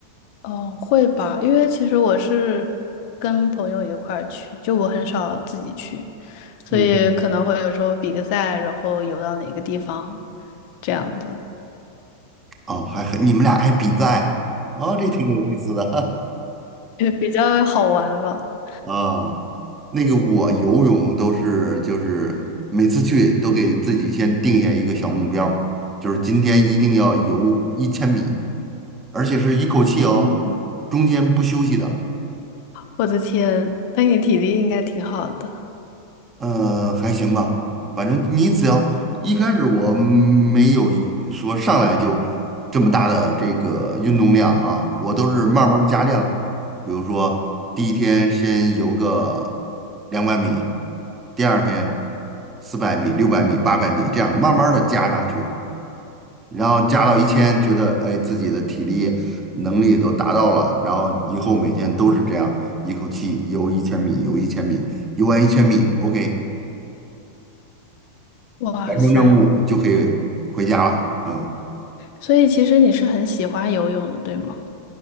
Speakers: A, on the left (about 50°); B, on the right (about 25°).
A: 哦，会吧，因为其实我是跟朋友一块儿去，就我很少自己去，所以可能会有时候比个赛，
B: 嗯，
A: 然后游到哪个地方，这样子，
B: 哦，还还你们俩还比赛，哦，这挺有意思的，
A: 也比较好玩吧。
B: <laughs> 啊，那个我游泳都是就是每次去都给自己先定下一个小目标，就是今天一定要游一千米，而且是一口气哦，
A: 哦。
B: 中间不休息的。
A: 我的天，那你体力应该挺好的。
B: 呃，还行吧，反正你只要一开始我没有一说上来就这么大的这个运动量啊，我都是慢慢加量。比如说第一天先游个两百米，第二天四百米、六百米、八百米，这样慢慢的加上去，然后加到一千，觉得哎自己的体力能力都达到了，然后以后每天都是这样，一口气游一千米，游一千米，游完一千米，OK。
A: 哇塞，
B: 完成任务就可以回家了。嗯，
A: 所以其实你是很喜欢游泳的，对吗？